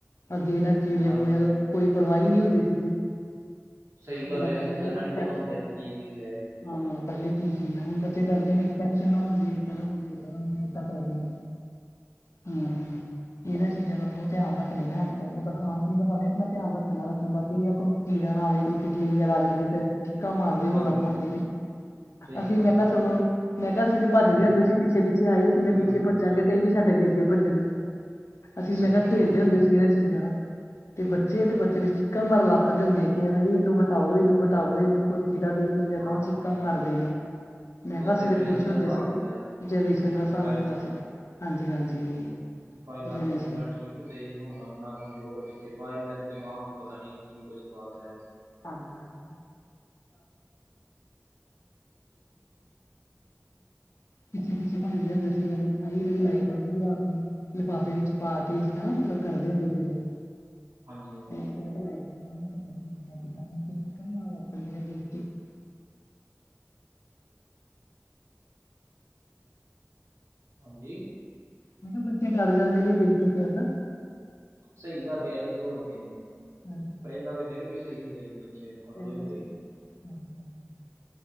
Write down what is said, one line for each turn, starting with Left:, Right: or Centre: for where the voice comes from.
Left: ਅੱਗੇ ਇਹਨਾਂ ਕੀੜੀਆਂ
Right: ਹਾਂਜੀ
Left: ਕੁੂੜੀਆਂ ਦੀ ਕੋਈ ਪਰਵਾਹੀ ਈ ਨਹੀਂ ਹੁੰਦੀ ਸੀਗੀ।
Right: ਸਹੀ
Left: ਹੁਣ
Right: ਗੱਲ
Left: ਬੱਚੇ
Right: ਏ ਹਾਂਜੀ
Left: ਨਹੀਂ
Right: ਪਹਿਲਾਂ
Left: ਇਨਫੈਕਸ਼ਨ
Right: ਨੀ ਪਤਾ ਹੁੰਦਾ
Left: ਹੋ
Right: ਸੀ
Left: ਜਾਏਗੀ
Right: ਕੀ ਚੀਜ਼ ਹੈ ਇਹ।
Left: ਹਾਂ ਹਾਂ ਪਹਿਲੇ ਕੀ ਚੀਜ਼ ਹੈ ਹੁਣ ਬੱਚੇ ਡਰਦੇ ਨੇ ਇਨਫੈਕਸ਼ਨ ਨਾ ਹੋਜੇ ਏਦਾਂ ਨਾ ਹੋ ਜਾਵੇ ਏਦਾਂ ਨਾ ਹੋ ਜਾਏ ਏਦਾਂ ਕਰਦੇ ਨੇ। <unintelligible> ਇਹਨਾਂ ਚੀਜ਼ਾਂ ਦਾ ਬਹੁਤ ਧਿਆਨ ਰੱਖਦੇ ਨੇ ਅੱਜ ਕੱਲ ਉਹਦਾ ਖਾਣ ਪੀਣ ਦਾ ਭਾਵੇਂ ਆਪਣਾ ਧਿਆਨ ਰੱਖਣ ਨਾ ਰੱਖਣ ਬਾਕੀ ਇਹ ਆ ਕੋ ਕੀੜਾ ਨਾ ਆਵੇ ਕੋਈ ਕਿਰਲੀ ਵਗੈਰਾ ਆ ਜਾਂਦੀ ਤੇ ਚੀਕਾ ਮਾਰਦੇ
Right: ਹਾਂਜੀ
Left: ਹੋੌਲਾ ਪਾਾਂਦੇ
Right: ਹਾਂਜੀ
Left: ਨੇ।
Right: ਸਹੀ
Left: ਅਸੀਂ
Right: ਗੱਲ
Left: ਮੈਂ ਕਿਹਾ
Right: ਹੈ ਜੀ
Left: ਸਗੋਂ ਮੈਂ ਕਿਹਾ ਅਸੀ ਤੇ ਭੱਜਦੇ
Right: ਹੂੰ
Left: ਹੁੰਦੇ ਸੀ ਪਿੱਛੇ ਪਿੱਛੇ ਹਾਏ ਅਸੀਂ ਨਾ
Right: ਹੂੰ
Left: ਪਿੱਛੇ ਭੱਜਾਂਗੇ ਤੇ ਇਹ ਵੀ ਸਾਡੇ ਅੱਗੇ ਅੱਗੇ ਭੱਜਣਗੇ ਅਸੀਂ
Right: ਸਹੀ
Left: ਮੈਂ ਕਿਹਾ ਖੇਲਦੇ
Right: ਗੱਲ ਹੈ
Left: ਹੁੰਦੇ
Right: ਜੀ
Left: ਸੀ ਇਹਨਾਂ ਚੀਜ਼ਾਂ ਨਾਲ। ਏ ਬੱਚੇ ਹੈ ਬੱਚੇ ਤੇ ਚੀਕਾਂ ਮਾਰਨ ਲਾਗ ਪੈਂਦੇ ਹੁੰਦੇ ਕੇ ਇਹਨੂੰ ਹਟਾਓ ਇਹਨੂੰ ਹਟਾਓ ਇਹਨੂੰ ਕੋਈ ਕੀੜਾ ਦੋ ਲੰਗਆ
Right: ਹਾਂ
Left: ਤਾਂ ਚੀਕਾਂ
Right: ਜੀ
Left: ਮਾਰਦੇ
Right: ਹਾਂ ਜੀ।
Left: ਨੇ। ਮੈਂ
Right: ਬਸ
Left: ਕਿਹਾ ਅਸੀ
Right: ਜਨਰੇਸ਼ਨ
Left: ਤੇ ਖੁਸ਼
Right: ਦਾ
Left: ਹੁੰਦੇ
Right: ਹਿਸਾਬ
Left: ਸੀਗੇ
Right: ਹੁੰਦਾ ਜੀ
Left: ਜਨਰੇਸ਼ਨ ਦਾ ਹਿਸਾਬ
Right: ਪ
Left: ਹੁੰਦਾ ਸੀਗਾ ਹਾਂਜੀ ਹਾਂਜੀ।
Right: ਪਹਿਲਾਂ
Left: ਜਨਰੇਸ਼ਨ
Right: ਤੇ ਪਹਿਲਾਂ ਠੀਕ ਹੁੰਦੇ ਸੀ ਹੁਣ ਆਪਣਾ ਕਮਜ਼ੋਰ ਬੱਚੇ ਵਾ ਇਹਨਾਂ ਦੇ ਦਿਮਾਗ ਚ ਪਤਾ ਨੀ ਕੀ ਕੁੱਛ ਪਾ ਤਾ ਆ।
Left: ਹਾਂਜੀ-ਹਾਂਜੀ। <unintelligible> ਪਿੱਛੇ ਪਿੱਛੇ ਭੱਜਦੇ ਹੁੰਦੇ ਸੀ ਉਹਨਾਂ ਦੇ <unintelligible> ਲਾਈਟ ਆਊਗੀ ਰਾਤ ਨੂੰ। ਲਿਫਾਫੇ ਵਿੱਚ ਪਾ ਕੇ ਜਿੱਦਾਂ ਨਾ ਮਤਲਬ ਕਰਦੇ ਹੁੰਦੇ ਸੀਗੇ
Right: ਹਾਂਜੀ ਹਾਂਜੀ
Left: <unintelligible> <inaudible>
Right: ਹਾਂਜੀ।
Left: ਮੈ ਕਹਿਆ ਬੱਚੇ ਡਰ ਜਾਂਦੇ ਨੇ ਦੇਖ ਕੇ ਫੇਰ ਨਾ।
Right: ਸਹੀ ਗੱਲ ਏ ਐ ਜੀ ਹੋਰ ਕੇ
Left: ਹਾਂਜੀ ਹਾਂਜੀ
Right: ਪਹਿਲਾਂ ਤੇ ਫੇਰ ਵੀ ਸਹੀ ਹੁੰਦੇ ਸੀ ਬੱਚੇ।
Left: <inaudible>
Right: ਤਕੜੇ ਹੁੰਦੇ ਸੀ